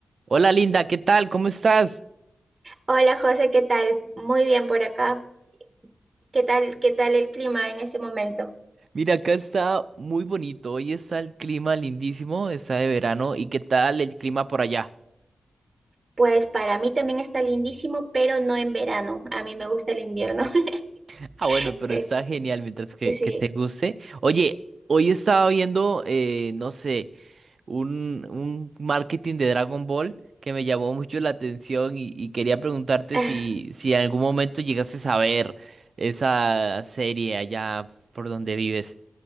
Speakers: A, on the right (about 65°); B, on the right (about 45°).
A: Hola Linda, ¿qué tal? ¿Cómo estás?
B: Hola José, ¿qué tal? Muy bien por acá. ¿Qué tal, qué tal el clima en este momento?
A: Mira, acá está muy bonito. Hoy está el clima lindísimo, está de verano. ¿Y qué tal el clima por allá?
B: Pues para mí también está lindísimo, pero no en verano. A mí me gusta el invierno.
A: <laughs>
B: <laughs>
A: Ah, bueno, pero está genial mientras que,
B: Eh, sí.
A: que te guste. Oye, hoy estaba viendo, eh, no sé, un, un marketing de Dragon Ball que me llamó mucho la atención y, y quería preguntarte
B: <laughs>
A: si, si en algún momento llegases a ver esa serie allá por donde vives.